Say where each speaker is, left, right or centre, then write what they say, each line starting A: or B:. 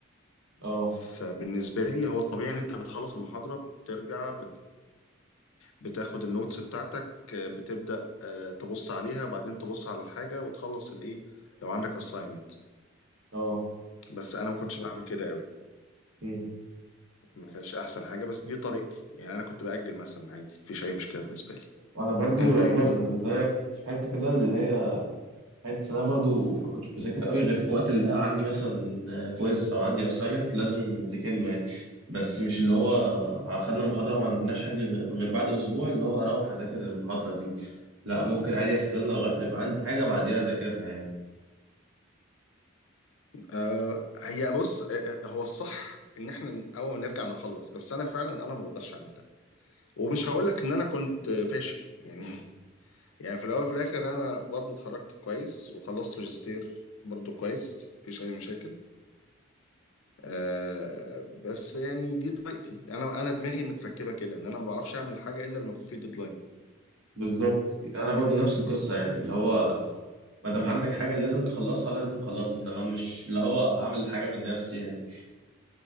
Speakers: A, on the right; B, on the left.
A: اه
B: فبالنسبه لي هو الطبيعي ان انت بتخلص المحاضره بترجع بت بتاخد النوتس بتاعتك بتبدا آه، تبص عليها بعدين تبص على الحاجه وتخلص الايه لو عندك assignment
A: اه
B: بس انا ما كنتش بعمل كده قوي
A: مم.
B: ما كانش احسن حاجه بس دي طريقتي يعني انا كنت باجل مثلا عادي مفيش اي مشكله بالنسبه لي
A: وانا برضو
B: انت
A: يعتبر
B: ايه النظام
A: زيك في حتة كده اللي هي حتة انا برضو ما كنتش بذاكر قوي غير في وقت اللي هي عندي مثلا كويز او عندي اساينمنت لازم اذاكر له يعني بس مش اللي هو خدنا محاضرة وما عندناش حاجة غ- غير بعد اسبوع اللي هو هروح اذاكر المحاضرة دي لا ممكن عادي استنى لغاية ما يبقى عندي حاجة بعديها اذاكرها يعني
B: آه هي بص آه، آه، هو الصح ان احنا اول ما نرجع نخلص بس انا فعلا انا ما بقدرش اعمل ده ومش هقول لك ان انا كنت آه، فاشل يعني <laughs> يعني في الاول وفي الاخر انا برضو اتخرجت كويس وخلصت ماجستير برضو كويس مفيش اي مشاكل آه بس يعني دي طريقتي انا انا دماغي متركبه كده ان انا ما بعرفش اعمل حاجه الا لما يكون في ديدلاين
A: بالظبط انا برضو نفس القصة يعني اللي هو ما دام عندك حاجة لازم تخلصها لازم تخلصها انما مش اللي هو عامل حاجة من نفسي يعني